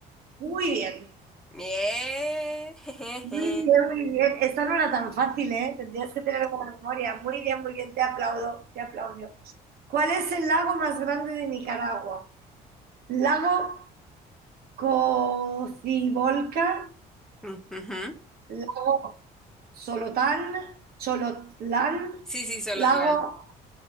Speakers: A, on the right; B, in the centre.
A: Muy bien.
B: Yeah. <laughs>
A: Muy
B: jejeje.
A: bien, muy bien. Esta no era tan fácil, ¿eh? Tendrías que tener buena memoria. Muy bien, muy bien. Te aplaudo, te aplaudo. ¿Cuál es el lago más grande de Nicaragua? ¿Lago Cocibolca?
B: Ujujú.
A: ¿Lago Solotán? ¿Cholotlán?
B: Sí, sí, Solotlán.
A: ¿Lago...